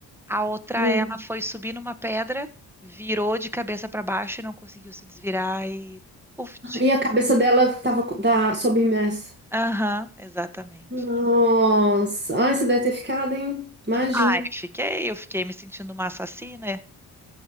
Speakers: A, in the centre; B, on the right.
A: A outra,
B: Hum.
A: ela foi subir numa pedra, virou de cabeça para baixo e não conseguiu se desvirar e. Uft.
B: E a cabeça dela estava da, submersa.
A: Aham, exatamente.
B: Nossa, ai, você deve ter ficado, hein? Imagino.
A: Ah, eu fiquei, eu fiquei me sentindo uma assassina.